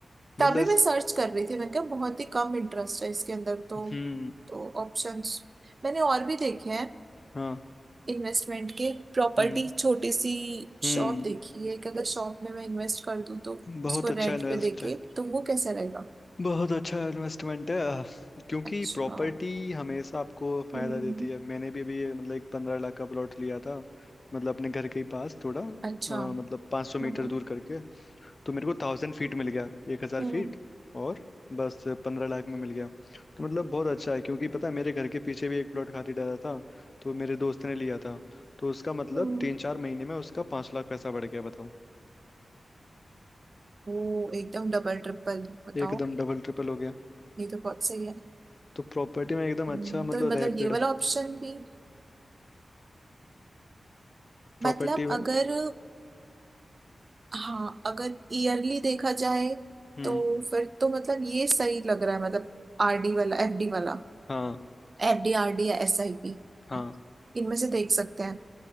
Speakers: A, on the left (about 40°); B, on the right (about 40°).
A: मतलब
B: तभी
A: इस
B: मैं सर्च कर रही थी मैंने कहा बहुत ही कम इंटरेस्ट है इसके अंदर तो
A: हम्म
B: तो ऑप्शंस मैंने और भी देखे हैं
A: हाँ
B: इन्वेस्टमेंट के प्रॉपर्टी
A: हम्म
B: छोटी सी
A: हम्म
B: शॉप देखी है कि अगर शॉप में मैं इन्वेस्ट कर दूं तो
A: बहुत
B: उसको
A: अच्छा
B: रेंट
A: इन्वेस्ट
B: पे देके
A: है
B: तो वो कैसा रहेगा
A: बहुत अच्छा इन्वेस्टमेंट है आह, क्योंकि
B: अच्छा
A: प्रॉपर्टी हमेशा आपको फायदा
B: हम्म
A: देती है मैंने भी अभी मतलब एक पंद्रह लाख का प्लॉट लिया था मतलब अपने घर के ही पास थोड़ा अह,
B: अच्छा
A: मतलब पाँच सौ मीटर
B: हम्म
A: दूर करके तो मेरे को थाउजेंड फीट मिल गया एक हजार
B: हम्म
A: फीट और बस पंद्रह लाख में मिल गया तो मतलब बहुत अच्छा है क्योंकि पता है मेरे घर के पीछे भी एक प्लॉट खाली डाला था तो मेरे दोस्त ने लिया था तो उसका मतलब
B: हम्म।
A: तीन चार महीने में उसका पाँच लाख पैसा बढ़ गया बताओ
B: वो एकदम डबल ट्रिपल बताओ
A: एकदम डबल ट्रिपल हो गया
B: ये तो बहुत सही है
A: तो प्रॉपर्टी में एकदम
B: हम्म,
A: अच्छा मतलब
B: तो मतलब
A: रैपिड
B: ये वाला ऑप्शन भी
A: प्रॉपर्टी
B: मतलब
A: हम्म
B: अगर हाँ अगर ईयरली देखा जाए
A: हम्म
B: तो फिर तो मतलब ये सही लग रहा है मतलब आरडी वाला एफडी वाला
A: हाँ
B: एफडी आरडी या एसआईपी
A: हाँ
B: इनमें से देख सकते हैं